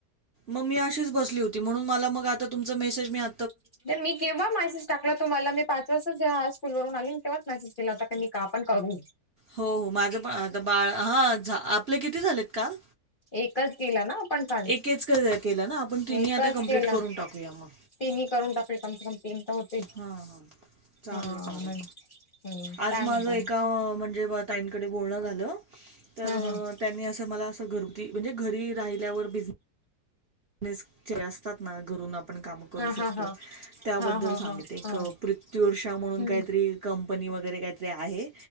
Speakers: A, on the right; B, on the left.
A: मग मी अशीच बसली होती, म्हणून मला मग आता तुमचा मेसेज मीळा
B: <unintelligible> मी केव्हा मॅसेज टाकला तुम्हाला मी पाच वाजता जेव्हा स्कूल वून आली तेव्हाच मेसेज केला होता का पण करु.
A: हो हो माझं पण आता बाळ हा झा, आपले किती झालेत काल?
B: एकच केला ना आपण काल
A: एकेच क केलं ना आपण तिन्ही
B: एकच
A: आता कंप्लीट
B: केला.
A: करून टाकूया मग
B: तीनही करून टाकल कन्फर्म तीन. तर होतील
A: हा हा चालेल
B: हा
A: चालेल.
B: म्हण हम्म
A: आज
B: काय
A: माझं
B: म्हणता
A: एका म्हणजे ताईंनकडे बोलणं झालं तर
B: हा
A: त्यांनी असं मला असं घरगुती म्हणजे घरी राहिल्यावर बिझ नेस ते असतात ना घरून आप आपण काम करू शकतो,
B: हा हा हा
A: त्याबद्दल
B: हा हा हा
A: सांगित
B: हा हा
A: प्रथर्षा म्हणून
B: हम्म
A: काहीतरी कंपनी वगैरे काहीतरी आहे,